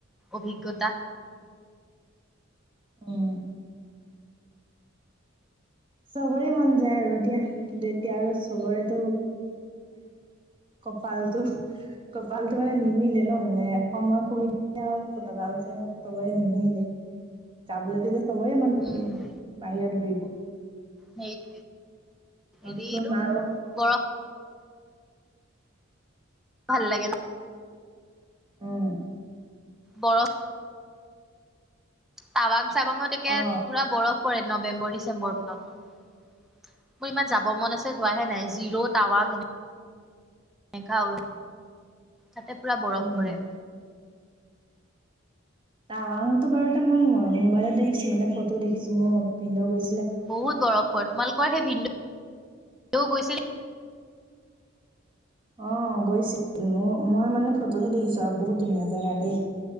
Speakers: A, in the centre; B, on the right.
A: অভিজ্ঞতা
B: উম চবৰে মন যায় আৰু দিয়া কিন্তু এতিয়া আৰু চবৰেটো কপালটো কপালটো মানে নিমিলে ন মানে সময় সুবিধাই হওক পতকা পইচাই হওক চবৰে নিমিলে যাবলৈত চবৰে মন থাকে
A: উম
B: বাহিৰত ঘুৰিব
A: সেইটোৱে
B: নচোন
A: হেৰিটো
B: আৰু
A: বৰফ ভাল লাগে ন
B: উম
A: বৰ টাৱাং টাৱাঙত একে
B: অ
A: পুৰা বৰফ কৰে নৱেম্বৰ ডিচেম্বৰ মানত মোৰ ইমান যাব মন আছে যোৱাহে নাই জিৰ, টাৱাং এনে তাতে পুৰা বৰফ
B: উম
A: পৰে
B: টাৱাংতো বাৰুতে মই মোবাইলত দেখিছো মানে ফটো দেখিছো মই ভিনদেও গৈছ
A: বহুত বৰফ পৰে তোমালোকৰ সেই ভিনদে তেওঁ গৈছিল
B: অ গৈছিল মোৰ মই মানে ফটোহে দেখিছো আৰু বহুত ধুনীয়া জেগা দেই